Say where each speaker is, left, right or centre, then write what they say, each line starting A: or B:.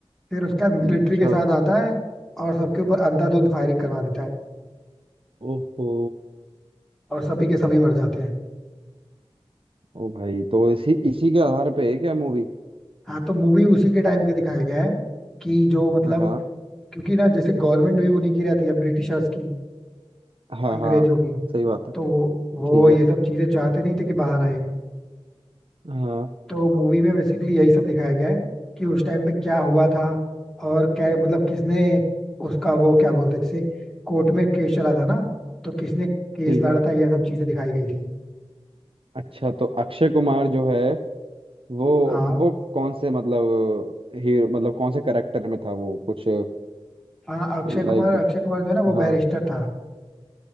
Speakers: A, in the centre; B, on the right (about 60°).
A: फिर उसके बाद मिलिट्री
B: अच्छा
A: के साथ आता है और सबके ऊपर अंधाधुंध फायरिंग करवा देता है
B: ओहो
A: और सभी के सभी मर जाते हैं
B: ओ भाई तो इसी इसी के आधार पे है क्या मूवी
A: हाँ तो मूवी उसी के टाइम का दिखाया गया है कि जो मतलब
B: हाँ हाँ
A: क्योंकि ना जैसे गवर्नमेंट भी उन्हीं की रहती है ब्रिटिशर्स की
B: हाँ
A: अंग्रेजों
B: हाँ।
A: की
B: सही बात है
A: तो वो वो
B: ठीक
A: ये
B: है
A: सब चीजें चाहते नहीं थे कि बाहर आए
B: हाँ हाँ।
A: तो मूवी में बेसिकली यही सब दिखाया गया है कि उस टाइम पे क्या हुआ था और क्या मतलब किसने उसका वो क्या बोलते हैं जैसे कोर्ट में केस चला था ना तो किसने केस
B: ठीक
A: लड़ा
B: है
A: था ये सब चीजें दिखाई गई थी
B: अच्छा तो अक्षय कुमार जो है वो
A: हाँ
B: वो कौन से मतलब हीरो मतलब कौन से करेक्टर में था वो कुछ
A: हाँ अक्षय कुमार
B: लाइक
A: अक्षय कुमार जो है ना वो
B: हाँ
A: बैरिस्टर था